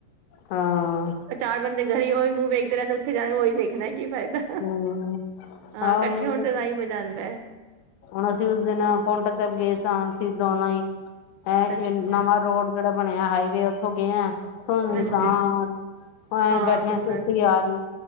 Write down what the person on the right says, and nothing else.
ਚਾਰ ਬੰਦੇ ਘਰੀ ਉਹੀ ਮੂੰਹ ਵੇਖਦੇ ਰਹਿੰਦੇ ਉੱਥੇ ਜਾਣਾ ਉਹੀ ਦੇਖਣਾ ਕੀ ਫਾਇਦਾ।
ਹਾਂ
ਇਕੱਠੇ
ਹੋਣ ਤੇ ਤਾਂਹੀਂ ਮਜ਼ਾ ਆਂਦਾ।
ਅੱਛਾ
ਹਾਂਜੀ
ਹਾਂ
ਸੁਣਸਾਨ